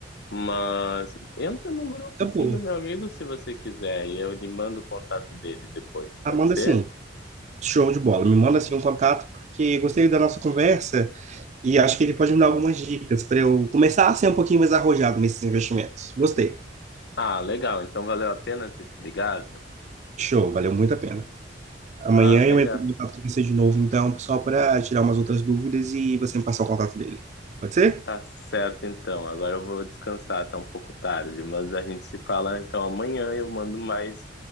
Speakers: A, on the left; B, on the right.
A: Mas entra no grupo
B: Acabou.
A: sim do meu amigo se você quiser e eu lhe mando o contato dele depois,
B: Amanda,
A: pode ser?
B: assim, show de bola. Me manda, assim, um contato, porque gostei da nossa conversa e acho que ele pode me dar algumas dicas para eu começar a ser um pouquinho mais arrojado nesses investimentos. Gostei.
A: Ah, legal. Então valeu a pena ter te ligado?
B: Show, valeu muito a pena. Amanhã
A: Ah, legal.
B: eu entro em contato com você de novo, então, só para tirar umas outras dúvidas e você me passar o contato dele. Pode ser?
A: Tá certo, então. Agora eu vou descansar, tá um pouco tarde, mas a gente se fala então amanhã. Eu mando mais